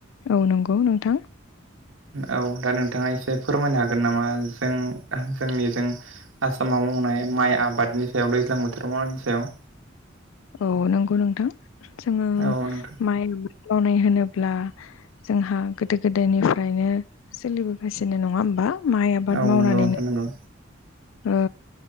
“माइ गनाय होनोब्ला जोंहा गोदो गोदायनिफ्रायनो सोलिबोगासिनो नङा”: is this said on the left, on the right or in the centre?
Left